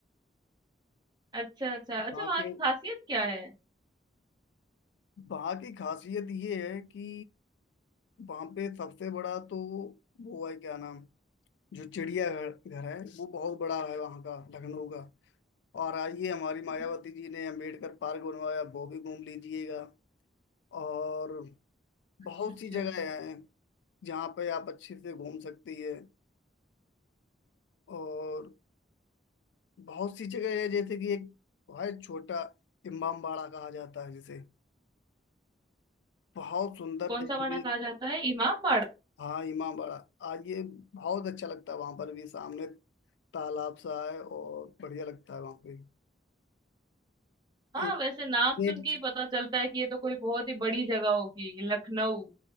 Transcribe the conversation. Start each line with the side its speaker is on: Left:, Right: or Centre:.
Right: अच्छा अच्छा अच्छा
Left: वहाँ
Right: वहाँ
Left: के
Right: की खासियत क्या है
Left: वहाँ की खासियत ये है कि वहाँ पे सबसे बड़ा तो वो है क्या नाम जो चिड़ियाघर घर है वो बहुत बड़ा है वहाँ का लखनऊ का और आइए हमारी मायावती
Right: हम्म,
Left: जी ने अम्बेडकर पार्क बनवाया वो भी घूम लीजिएगा और बहुत
Right: अच्छा अच्छा
Left: सी जगह हैं जहाँ पे आप अच्छे से घूम सकती है और बहुत सी जगह है जैसे कि एक बहुत छोटा इमामबाड़ा कहा जाता है जिसे बहुत सुंदर
Right: कौन
Left: देखने
Right: सा वाड़ा कहा जाता है इमामबाड़ा
Left: हाँ इमामबाड़ा आइए बहुत अच्छा लगता है वहां पर भी सामने तालाब सा है और बढ़िया लगता है वहां पे
Right: हाँ
Left: एक
Right: वैसे नाम सुन
Left: एक
Right: के ही पता चलता है कि ये तो कोई बहुत ही बड़ी जगह होगी लखनऊ